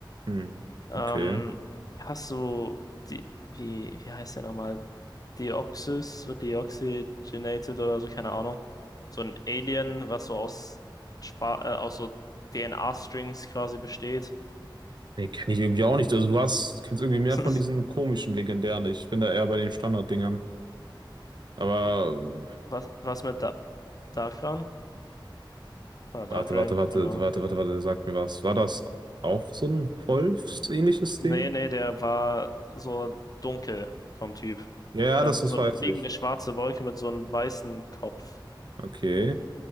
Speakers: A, on the right; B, on the left.
A: Hm,
B: Ähm,
A: okay.
B: hast du die, wie, wie heißt der nochmal? Deoxys oder Deoxygenated oder so, keine Ahnung. So ein Alien, was so aus, Schwa- äh, aus so DNA-Strings quasi besteht.
A: Nee, kenne ich irgendwie auch nicht. Also du hast, kennst irgendwie mehr
B: <laughs>
A: von diesen komischen legendären. Ich bin da eher bei den Standarddingern. Aber äh,
B: Was, was mit da Darkran? Ah, Darkran,
A: warte, warte, warte,
B: keine Ahnung.
A: warte, warte, warte, sag mir was. War das auch so ein Wolfsähnliches Ding?
B: Nee, nee, der war so dunkel vom Typ.
A: Ja, ja,
B: Der
A: das,
B: war
A: das
B: so
A: weiß
B: eine fliegende
A: ich.
B: schwarze Wolke mit so einem weißen Kopf.
A: Okay.